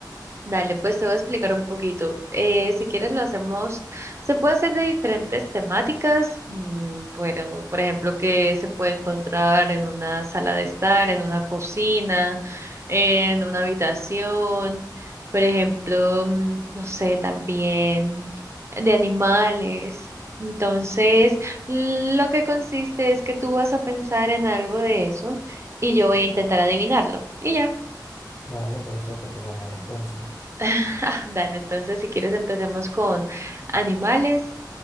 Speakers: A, on the right (about 40°); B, on the left (about 40°).
A: Dale, pues te voy a explicar un poquito. Eh, si quieres lo hacemos, se puede hacer de diferentes temáticas. mm, Bueno, por ejemplo, que se puede encontrar en una sala de estar, en una cocina, en una habitación. Por ejemplo, mm, no sé, también de animales. Entonces, lo que consiste es que tú vas a pensar en algo de eso y yo voy a intentar adivinarlo. Y ya.
B: Vale, perfecto, te ganaré entonces.
A: <laughs> Dale, entonces si quieres empecemos con animales